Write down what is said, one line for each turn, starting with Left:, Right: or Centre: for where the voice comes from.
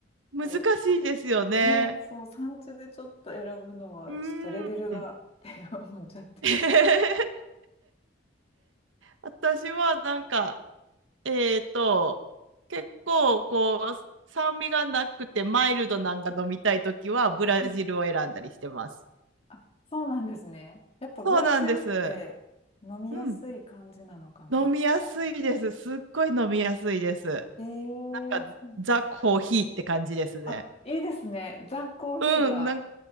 Right: 難しいですよね。
Left: こう、ね、そう、産地でちょっと選ぶのは、
Right: うーん。
Left: ちょっとレベルがって思っちゃって。
Right: <laughs> 私はなんか、えっと、結構こう、酸味がなくてマイルドなんか飲みたいときはブラジルを選んだりしてます。
Left: うん。あ、そうなんですね。やっぱブラジルって飲みやすい感じなのかな。
Right: そうなんです。うん。飲みやすいです。すっごい飲みやすいです。
Left: ええー、
Right: なんかザ・
Left: そうなんだ。
Right: コーヒーって感じですね。
Left: あ、いいですね。ザ・コーヒーが
Right: うん、なん、